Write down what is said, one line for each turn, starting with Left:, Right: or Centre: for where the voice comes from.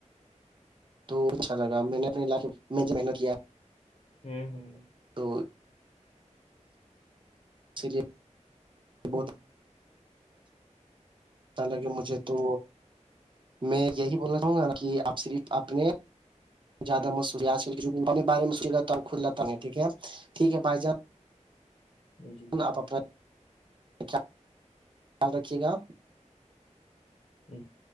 Right: تو اچھا لگا میں نے اپنے کے میں محنت کیا
Left: ہوں ہوں
Right: تو اسی لیے بہت لگے مجھے تو میں یہی بولنا چاہوں گا نا کہ آپ صرف اپنے جیادہ
Left: ہوں
Right: م ہو آجنے بارے میں ستا ہ کل لتا ہ ٹیک ٹیک بائی جان
Left: جی
Right: آپ اپنا خیال رکھیے گا آپ
Left: <unintelligible>